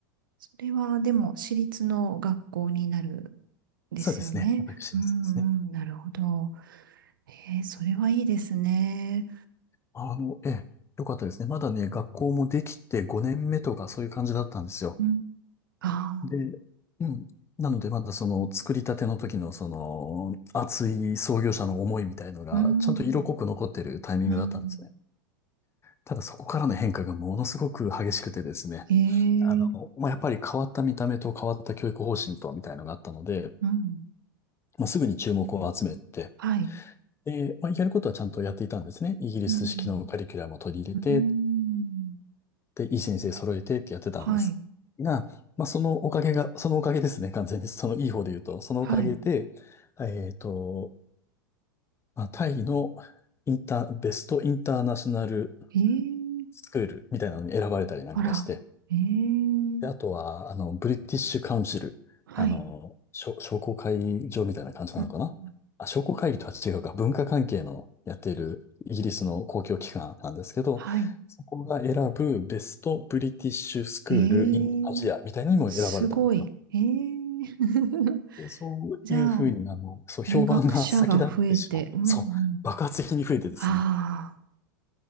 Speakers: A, on the right (about 75°); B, on the left (about 25°).
A: それはでも、私立の学校になるんですよね。
B: そうですね。私立ですね。
A: うんうん、なるほど。えー、それはいいですね。
B: あの、ええ、よかったですね。まだね、学校もできて5年目とかそういう感じだったんですよ。
A: うん、あ
B: で、うん。なので、まだその作りたての時のその熱い創業者の思いみたいのが、
A: あー、うん、
B: ちゃんと色濃く残ってるタイミングだったんですね。
A: うん。
B: ただそこからの変化がものすごく激しくてですね、
A: え
B: あの、
A: ー、
B: まあ、やっぱり変わった見た目と変わった教育方針とみたいのがあったので、
A: うん、
B: まあ、すぐに注目を集めて、
A: はい。
B: で、まあ、やることはちゃんとやっていたんですね。イギリス式のカリキュラムを取り入れて、
A: うん、うん、
B: で、いい先生揃えてってやってたんですが、
A: はい。
B: まあ、そのおかげが、そのおかげですね、完全に。そのいい方で言うと、そのおかげで、
A: はい。
B: えっと、まあ、タイのインター、ベストインターナショナル
A: ええ
B: スクールみたいなのに選ばれたりなんかして、
A: あら。ええ
B: で、あとは、あの、ブリティッシュカウンシル。
A: はい。
B: あの、しょ商工会議場みたいな感じなのかなあ、
A: うんうん
B: 商工会議とは違うか。文化関係のやっているイギリスの公共機関なんですけど、
A: はい。
B: そこが選ぶベストブリティッシュスクール・
A: ええ
B: イン・アジアみたいなのにも選ばれたんですよ。
A: すごい。ええ <laughs>
B: で、そういうふうに、
A: じゃあ、
B: あの、そう、評判が先立ってしまって、
A: 入学者が増えて、うんうん。
B: そう、爆発的に増えてですね。
A: あ